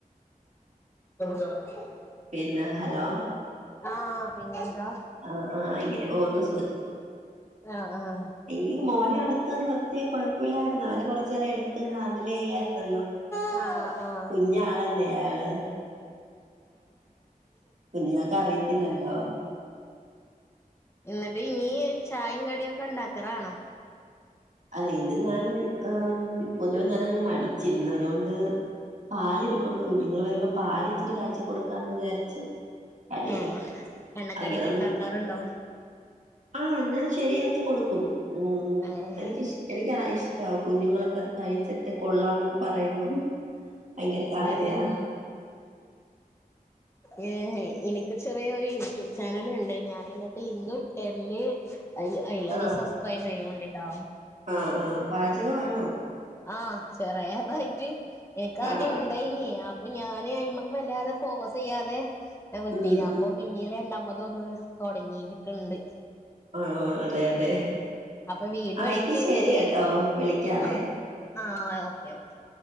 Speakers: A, on the left (about 15°); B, on the right (about 55°).
A: ദവട്ച്ചാ
B: പിന്നെ ഹലോ
A: ആഹ് പിന്നെന്താ
B: ആഹ് ആഹ് ഇങ്ങനെ പോകുന്നു
A: ആഹ് ആഹ്
B: ഈ മോനെ അടുത്ത് നിർത്തി കൊഴപ്പുല്ലായിര്ന്നോ അവനെ കൊറച്ചേരം എടുത്ത് ഹാൻഡിലിയ്യാ ര്ന്നല്ലോ
A: ആഹ് ആഹ്
B: കുഞ്ഞാളല്ലേ ആള് കുഞ്ഞുങ്ങക്ക് അറിയത്തില്ലല്ലോ
A: എന്നിട്ട് ഇനിയ് ചായേം കടിയൊക്കെ ഉണ്ടാക്കറാണോ
B: അല്ല ഇന്ന് ഞാൻ ഏം പൊതുവെ ഞാനങ്ങ് മടിച്ച് ഇന്നതോണ്ട് പാല് ഇര്പ്പുണ്ട് കുഞ്ഞുങ്ങൾ വരുമ്പോ പാല് ഇച്ചിരി കാച്ചി കൊടുക്കാന്ന് വിചാരി ച്ച് അടി
A: ഏഹ് എണ്ണക്കടിയൊക്കെ
B: അങ്ങനൊന്നും
A: ഉണ്ടാക്കാറുണ്ടോ
B: ആഹ് ഞാൽ ശെരിയാക്കി കൊടുക്കും ഉം
A: ഏഹ്
B: എനിക്ക് ഇഷ് എനിക്ക് ആ ഇഷ്ടാ കുഞ്ഞുങ്ങളൊക്കെ അത് കഴിച്ചി ട്ട് കൊള്ളാംന്നൊക്കെ പറയുമ്പം ഭയങ്കര കാര്യാ
A: ശരി ഏഹ് ഇനിക്ക് ചെറിയ ഒര് യൂട്യൂബ് ചാനൽ ഇണ്ടയ്നി ഞാനിങ്ങക്ക് ലിങ്ക് വിട്ടേര്ൻ്റ് ഐ ഐലന്ന്
B: ആഹ്
A: സബ്സ്ക്രൈബി യ്യോണ്ടിട്ടാ
B: ആഹ് ആഹ് പാചകവാണോ
A: ആഹ് ചെറേയതായിട്ട് എനക്ക് ആദ്യം
B: ആഹ്
A: ണ്ടയ്നി പ്പഞാന് അയ്മക്ക് വല്ലാതെ ഫോക്കസി യ്യാതെ ഞാൻ വിട്ടീന്ന്
B: ഉം ഉം
A: അപ്പൊ പി ന്നീട് രണ്ടാമതൊന്ന് തെടങ്ങീട്ട്ണ്ട്
B: ഓ ഓ ഓ അതെ അതെ
A: അപ്പൊ വീഡിയോ
B: ആഹ്
A: എഡിറ്റ്
B: എങ്കി
A: ചെയ്തിട്ട്
B: ശരി എട്ടോ വിളിക്യാവേ
A: ആഹ് ആഹ് ഒ ഓക്കേ ഓക്കെ